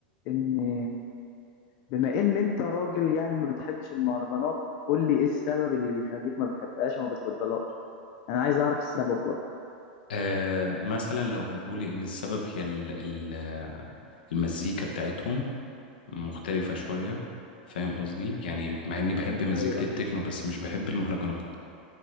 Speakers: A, on the left; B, on the left.
A: ان بما ان انت راجل يعني ما بتحبش المهرجانات قول لي ايه السبب اللي بيخليك ما بتحبهاش وما بتفضلهاش انا عايز اعرف السبب برضه
B: آه مثلا لو هنقول إن السبب هي ال ال آه، المزيكا بتاعتهم مختلفة شوية فاهم قصدي؟ يعني مع إني بحب مزيكة
A: ايوه
B: التكنو بس مش بحب المهرجانات